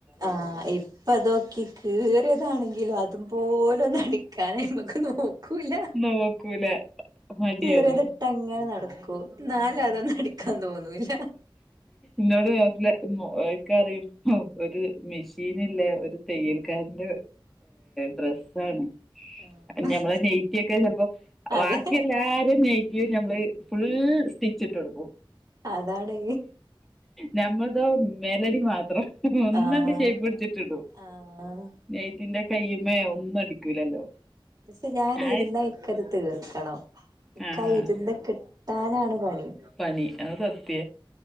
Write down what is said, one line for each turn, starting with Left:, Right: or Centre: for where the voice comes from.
Right: ആഹ് ഇപ്പതോക്കി കീറിയതാണെങ്കിലും അതു പോലും അടിക്കാനായിമക്ക് നോക്കൂല്ല.
Centre: നോക്കൂല മടിയാണ്
Right: കീറിയതിട്ടങ്ങനെ നടക്കും. ന്നാലും അതൊന്നടിക്കാൻ തോന്നൂല്ല.
Centre: ന്നോട് മൂപ്പ്ലാൻ ഇക്ക പറിം ഒരു മെഷീനില്ലേ ഒരു തയ്യൽക്കാരന്റെ ഡ്രസ്സാണ്.
Right: ആഹ്
Centre: ഞമ്മളെ നെയ്റ്റിയൊക്കെ ചിലപ്പോ
Right: അതെ
Centre: വാക്കി എല്ലാര നൈറ്റിയും ഞമ്മള് ഫുൾ സ്റ്റിച്ചിട്ട് കൊടുക്കും.
Right: അതാണ്
Centre: ഞമ്മതോ മെലടി മാത്രം. ഒന്നണ്ട്
Right: ആഹ്
Centre: ഷൈപ്പടിച്ചിട്ടിടൂ
Right: ആഹ്
Centre: നെയ്റ്റിന്റെ കയ്യമ്മേ ഒന്നും അടിക്കൂലല്ലോ.
Right: ക്ഷെ ഞാൻ
Centre: ആ
Right: ഇരുന്നാ എനിക്കത് തീർക്കണം. ഇക്കാ
Centre: ആഹ്
Right: ഇരുന്ന് കി ട്ടാനാണ് പണി.
Centre: പണി അത് സത്യ.